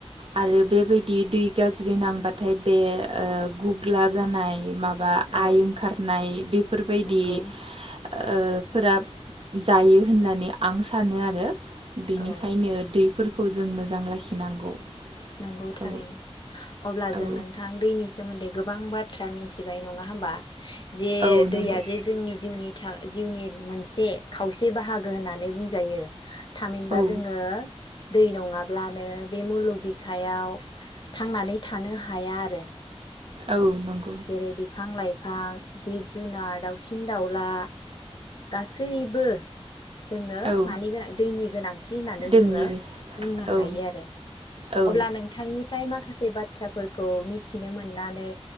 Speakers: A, on the right; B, on the left.
A: आरो बेबायदि दै गाज्रि नांबाथाय बे ओ गुग्ला जानाय माबा बा आइ
B: औ
A: ओंखारनाय बेफोरबायदि
B: नंगौ
A: ओ फोरा जायो होननानै आं सानो आरो बेनिखायनो
B: औ
A: दैफोरखौ जों मोजां लाखिनांगौ
B: नोंगौ थारैनो
A: औ
B: अब्ला जों
A: औ
B: नों नोंथां दैनि सोमोन्दै गोबां बाथ्रा मिथिबाय नङा होमबा जे
A: औ नंगौ
B: दैया जे जोंनि जिउनि था जिउनि मोनसे खावसे दै बाहागो होननानै बुंजायो थामहिनबा
A: औ
B: जोङो दै नङाब्लानो बे मुलुग बिखायाव थांनानै थानो हाया आरो
A: औ नंगौ
B: जेरै बिफां लाइफां जिब जुनार दाउसिन दाउला गासैबो जोंनो
A: औ
B: मानि गोनां दैनि गोनांथि होननानै
A: दोंनि
B: जोङो बुंनो
A: औ
B: हायो आरो
A: औ
B: अब्ला नोंथांनिफ्राय माखासे बाथ्राफोरखौ मिथिनो मोननानै